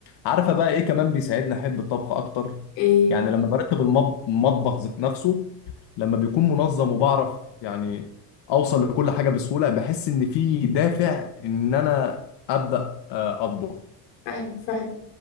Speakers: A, on the left; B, on the left.
A: عارفه بقى ايه كمان بيساعدني احب الطبخ اكتر
B: إيه
A: يعني لما برتب المطب- المطبخ ذات نفسه لما بيكون منظم وبعرف يعني اوصل لكل حاجه بسهوله بحس ان في دافع ان انا ابدا آه، اطبخ
B: فعلا فعلا